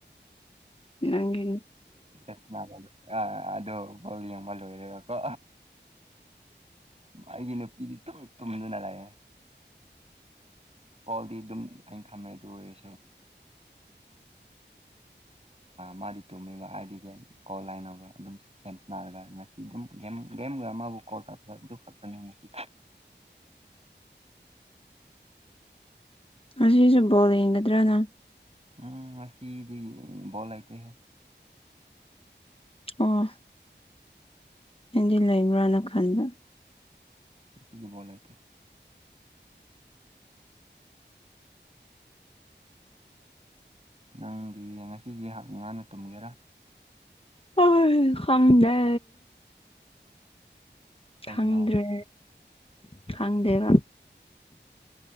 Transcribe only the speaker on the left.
ꯅꯪꯒꯤ ꯅꯨ
ꯉꯁꯤꯁꯨ ꯕꯣꯜ ꯌꯦꯡꯒꯗ꯭ꯔꯥ ꯅꯪ
ꯑꯣ ꯑꯗꯤ ꯂꯩꯕ꯭ꯔꯅ ꯈꯟꯕ
ꯑꯥꯏ ꯈꯪꯗꯦ
ꯈꯪꯗ꯭ꯔꯦ ꯈꯪꯗꯦꯕ